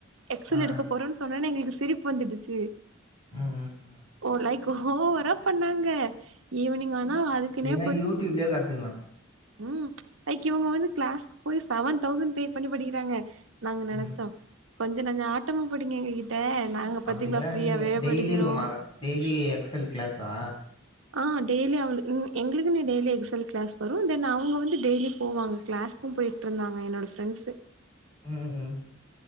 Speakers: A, on the right (about 75°); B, on the left (about 25°).
A: எக்சல்
B: ஆ
A: எடுக்க போறோன் எங்களுக்கு சிரிப்பு வந்துடுச்சு
B: ம் ம், ம்.
A: ஓ லைக் ஓவரா பண்ணாங்க ஈவினிங் ஆனா அதுக்குனே
B: அ யூ டி யூப்லே கத்துக்கலா
A: ம் லைக் இவுங்க வந்து கிளாஸ்க்கு போய் செவன் தௌசண்ட் பே பண்ணி படிக்கறாங்க நாங்க நெனைச்சோ
B: ம்
A: கொஞ்ச நஞ்ச ஆட்டமா போடீங்க எங்க கி ட்ட நாங்க
B: அப்படிலாம்
A: பத்தீங்லா ஃப்ரீயாவே
B: நீங்க டெய்லி
A: படிக்கிறோ
B: இருக்குமா டெய்லி எக்ஸல் கிளாஸா
A: ஆ டெய்லி அவளு ம் எங்களுக்குன்னு டெய்லி எக்ஸல் கிளாஸ் வரு தென் அவுங்க வந்து டெய்லி போவாங்க கிளாஸ் அப்பம் போயிட்டு இருந்தாங்க என்னோட ஃப்ரெண்ட்ஸு
B: ம் ஹும்